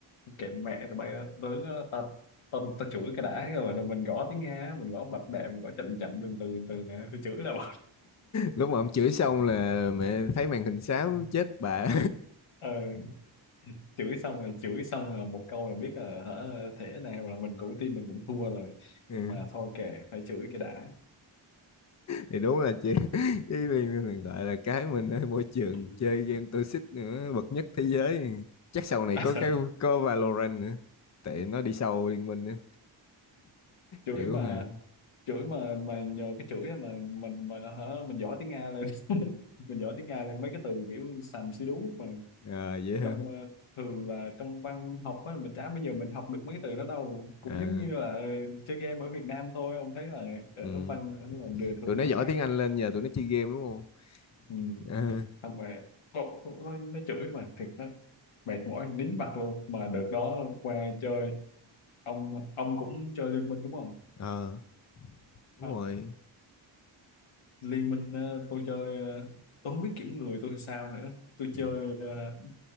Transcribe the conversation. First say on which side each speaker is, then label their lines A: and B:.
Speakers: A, on the left; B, on the left.
A: kệ mẹ tụi bay đó, tới đó, ta ta ta chửi cái đã rồi, rồi mình gõ tiếng Nga mình gõ bập bẹ mình gõ chậm chậm từ từ từ nè tôi chửi là bỏ.
B: lúc mà ông chửi xong là mẹ thấy màn hình xám
A: <laughs>
B: chết bà
A: ừ chửi xong rồi chửi xong rồi một câu là biết là hả thế nào là mình cũng tin mình cũng thua rồi
B: <laughs> ừ.
A: nhưng mà thôi kệ phải chửi cái đã
B: thì đúng là chị <laughs> với liên minh hiện tại là cái mình ở môi trường
A: Ừ.
B: chơi game toxic nữa bậc nhất thế giới chắc sau này
A: <laughs>
B: có cái có Valorant nữa tại nó đi sau liên minh nữa
A: chửi
B: chữ
A: mà
B: hả
A: chửi mà mà nhờ cái chửi á mà mình mà nó hả mình giỏi tiếng Nga lên <laughs> mình giỏi tiếng Nga lên mấy cái từ kiểu sàm xí đú mà
B: à, dễ hả
A: trong ờ, thường là trong văn học á mình chả bây giờ mình học được mấy cái từ đó đâu cũng
B: à,
A: giống như là ờ, chơi game ở Việt Nam thôi ông thấy là ở
B: ừ.
A: văn ở ngoài đời thường
B: tụi nó
A: nó
B: giỏi
A: khác
B: tiếng Anh lên nhờ tụi nó chơi game đúng không
A: ừ.
B: À,
A: không về cậu bộ nó, nó chửi mà thiệt đó mệt mỏi nín mặt luôn mà đợt đó qua chơi ông ông cũng chơi liên minh đúng không
B: ờ đúng
A: à,
B: rồi
A: liên minh ờ, tôi chơi ờ, tôi không biết kiểm người tôi sao nữa tôi
B: Ừ.
A: chơi ờ,